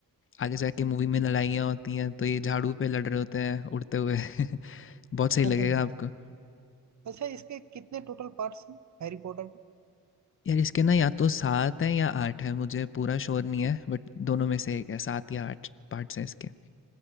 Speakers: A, on the left; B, on the right.
A: आगे जाके मूवी में लड़ाइयाँ होती हैं तो ये झाड़ू पे लड़ रहे होते हैं उड़ते हुए <laughs> बहुत सही लगेगा
B: में।
A: आपको
B: <laughs> अच्छा इसके कितने टोटल पार्ट्स हैं हैरी पॉटर के
A: यार इसके ना या तो सात है या आठ है मुझे पूरा श्योर नहीं है बट दोनों में से एक है सात या आठ पार्ट्स हैं इसके